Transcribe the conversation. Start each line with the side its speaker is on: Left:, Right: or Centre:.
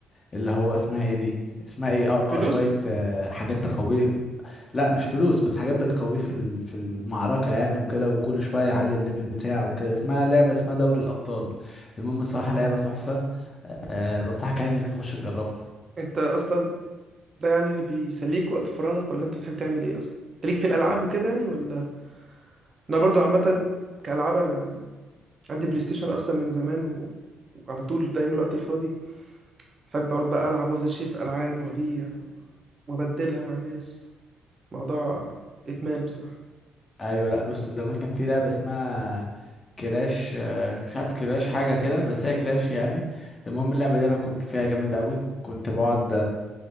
Left: اللي هو اسمها ايه دي اسمها ايه اه
Right: فلوس
Left: آه، شويه آه، حاجات تقويه لا مش فلوس بس حاجات بتقويه في ال- في المعركه يعني وكده وكل شويه يعلي الليفل بتاعه وكده اسمها لعبه اسمها دوري الابطال المهم الصراحه لعبه تحفه أه بنصحك يعني انك تخش تجربها
Right: انت اصلا ده يعني اللي بيسليك وقت فراغك ولا انت بتحب تعمل ايه اصلا انت ليك في الالعاب وكده يعني ولا انا برضو عامه كالعاب انا عندي بلاي ستيشن اصلا من زمان و... وعلى طول دايما الوقت الفاضي بحب اقعد بقى العب وافضل اشتري في العاب وابيع وابدلها مع ناس موضوع ادمان بصراحه
Left: ايوه لا بص زمان كان في لعبه اسمها كلاش أه مش عارف كلاش حاجه كده بس هي كلاش يعني المهم اللعبه دي انا كنت فيها جامد قوي كنت بقعد